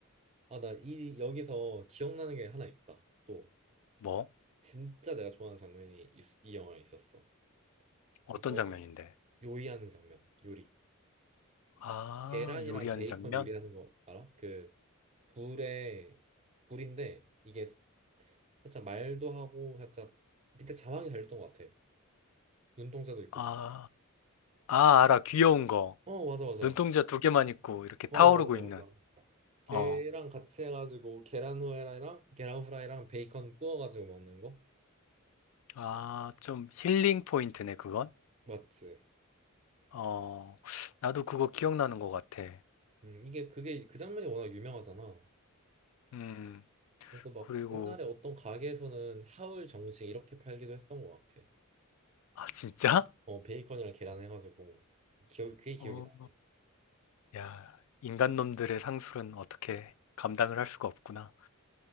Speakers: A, on the right; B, on the left.
A: 나 이 여기서 기억나는 게 하나 있다 또
B: 뭐?
A: 진짜 내가 좋아하는 장면이 이, 이 영화에 있었어
B: 어떤
A: 이거
B: 장면인데?
A: 요리하는 장면 요리
B: 아,
A: 계란이랑
B: 요리하는
A: 베이컨
B: 장면?
A: 요리하는 거 알아? 그 불에 불인데 이게 살짝 말도 하고 살짝 밑에 자막이 달렸던 것 같아 눈동자도 있고
B: 아, 아, 알아. 귀여운 거.
A: 어 맞아 맞아
B: 눈동자 두 개만 있고 이렇게
A: 맞아
B: 타오르고
A: 맞아
B: 있는.
A: 맞아 걔랑
B: 어.
A: 같이 해가지고 계란 후라이랑 계란 후라이랑 베이컨 구워가지고 먹는 거
B: 아, 좀 힐링 포인트네, 그건.
A: 맞지
B: 어. 나도 그거 기억나는 것 같아.
A: 음 이게 그게 그 장면이 워낙 유명하잖아
B: 음.
A: 그래서 막
B: 그리고
A: 옛날에 어떤 가게에서는 하울 정식 이렇게 팔기도 했었던 것 같아
B: 아, 진짜?
A: 어 베이컨이랑 계란 해가지고 기억 그게 기억이
B: 어.
A: 나네
B: 야, 인간 놈들의 상술은 어떻게 감당을 할 수가 없구나.